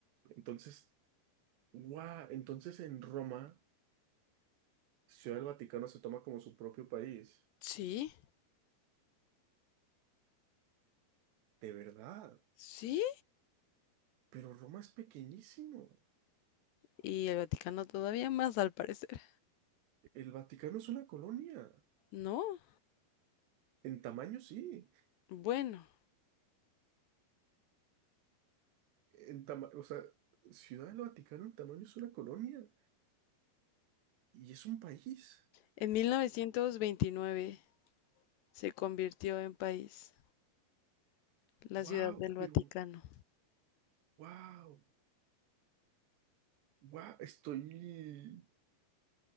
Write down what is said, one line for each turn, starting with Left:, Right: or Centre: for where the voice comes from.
Right: Entonces, guau, entonces en Roma, Ciudad del Vaticano se toma como su propio país.
Left: Sí,
Right: De verdad.
Left: sí.
Right: Pero Roma es pequeñísimo.
Left: Y el Vaticano todavía más, al parecer.
Right: El Vaticano es una colonia.
Left: No.
Right: En tamaño, sí.
Left: Bueno,
Right: En tama- o sea, Ciudad del Vaticano en tamaño es una colonia. Y es un país.
Left: en 1929 se convirtió en país, la
Right: Wow,
Left: Ciudad del Vaticano.
Right: pero wow, wow, estoy.